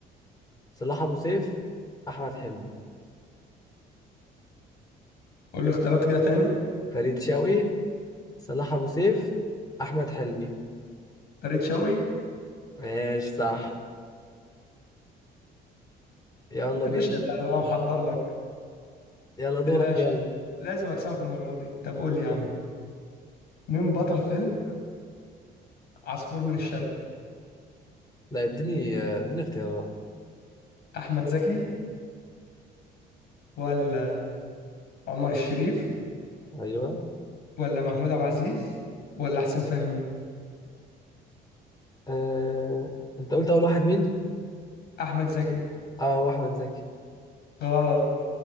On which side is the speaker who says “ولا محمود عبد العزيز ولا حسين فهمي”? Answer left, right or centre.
Left